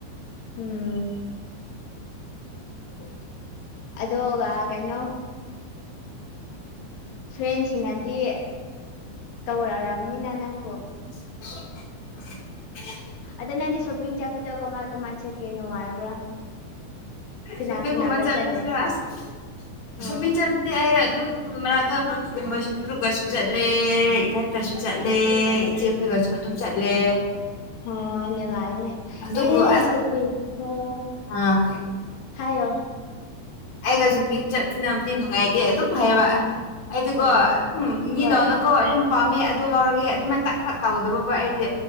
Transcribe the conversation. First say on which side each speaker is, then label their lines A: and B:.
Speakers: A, on the left; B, on the left.
A: ꯎꯝ
B: <inaudible>
A: ꯑꯗꯨꯒ ꯀꯩꯅꯣ <inaudible> ꯐ꯭ꯔꯦꯟꯁꯤꯡꯅꯗꯤ ꯇꯧꯔꯛꯕꯅꯤꯅ ꯅꯪꯕꯨ
B: <inaudible>
A: ꯑꯗ ꯅꯪꯗꯤ ꯁꯣꯄꯤꯡ ꯆꯠꯄꯗꯣ ꯀꯃꯥꯏ ꯀꯃꯥꯏ ꯆꯠꯀꯦ ꯅꯨꯡꯉꯥꯏꯕ꯭ꯔꯥ ꯀꯅꯥ
B: ꯁꯣꯄꯤꯡ
A: ꯀꯅꯥꯒ
B: ꯒꯨꯝꯕ ꯆꯠꯄꯁꯨ
A: ꯆꯠꯂꯦ
B: ꯌꯥ ꯑꯁ
A: ꯑꯣ
B: ꯁꯣꯄꯤꯡ ꯆꯠ ꯑꯗꯨꯗꯤ ꯑꯩ ꯑꯗꯨꯝ ꯃꯔꯅꯥꯀꯒꯨꯝꯕꯁꯨ ꯕꯁꯨ ꯆꯠꯂꯦ ꯏꯊꯟꯇꯁꯨ ꯆꯠꯂꯦ ꯏꯆꯦ ꯑꯩꯈꯣꯏꯒꯁꯨ ꯑꯗꯨꯝ ꯆꯠꯂꯦ
A: ꯍꯣꯏ ꯅꯨꯡꯉꯥꯏꯅꯦ
B: ꯑꯗꯨꯕꯨ
A: ꯑꯦ
B: ꯑꯁ
A: ꯁꯣꯄꯤ ꯑꯣ
B: ꯑꯥ
A: ꯍꯥꯏꯌꯣ
B: ꯑꯩꯒꯁꯨ ꯄ ꯆꯠꯃꯤꯟꯅꯕꯗꯤ ꯅꯨꯡꯉꯥꯏꯇꯦ ꯑꯗꯨꯝ ꯍꯥꯏꯕ ꯍꯥꯏꯗꯤꯀꯣ
A: ꯑꯣ
B: ꯑꯗꯨꯝ ꯃꯤꯗꯅꯀꯣ
A: ꯍꯣꯏ
B: ꯑꯗꯨꯝ ꯄꯥꯝꯃꯦ ꯑꯗꯣ ꯂꯧꯔꯒꯦ ꯑꯗꯨꯃꯥꯏꯅ ꯇꯛ ꯇꯛ ꯇꯥꯎꯒꯗꯧꯕꯀꯣ ꯑꯩꯗꯤ